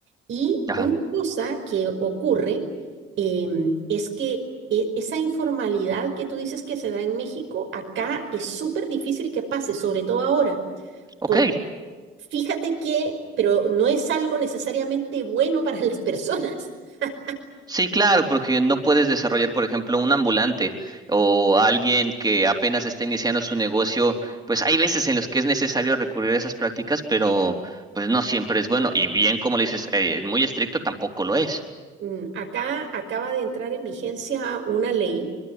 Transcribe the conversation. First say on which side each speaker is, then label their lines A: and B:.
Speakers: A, on the right; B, on the right.
A: Y
B: Ajá.
A: una cosa que ocurre em, es que e- esa informalidad que tú dices que se da en México, acá es súper difícil que pase, sobre todo ahora,
B: Ok.
A: porque fíjate que, pero no es algo necesariamente bueno para las personas. <laughs>
B: Sí, claro, porque no puedes desarrollar, por ejemplo, un ambulante o alguien que apenas está iniciando su negocio, pues hay veces en los que es necesario recurrir a esas prácticas, pero pues no siempre es bueno. Y bien, como le dices, eh, muy estricto tampoco lo es.
A: Mm, Acá acaba de entrar en vigencia una ley